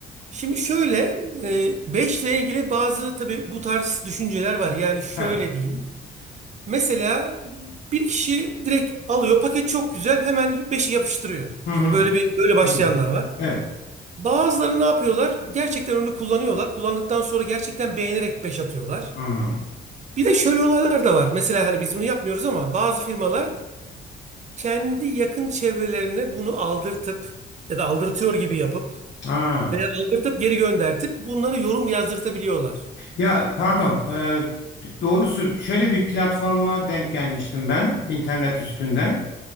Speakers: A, on the right; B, on the left.
A: Şimdi şöyle eee beşle ilgili bazı tabii bu tarz düşünceler var. Yani şöyle
B: He.
A: diyeyim. Mesela bir kişi direkt alıyor paket çok güzel hemen beşi yapıştırıyor.
B: Hı
A: Şimdi
B: hı.
A: böyle bir böyle başlayanlar
B: Hı.
A: var.
B: Evet.
A: Bazıları ne yapıyorlar? Gerçekten ürünü kullanıyorlar. Kullandıktan sonra gerçekten beğenerek 5 atıyorlar.
B: Hı.
A: Bir de şöyle olaylar da var. Mesela hani biz bunu yapmıyoruz ama bazı firmalar kendi yakın çevrelerine bunu aldırtıp ya da aldırtıyor gibi yapıp
B: Ha.
A: veya aldırtıp geri göndertip bunlara yorum yazdırtabiliyorlar.
B: Ya pardon, e, doğrusu şöyle bir platforma denk gelmiştim ben internet üstünden.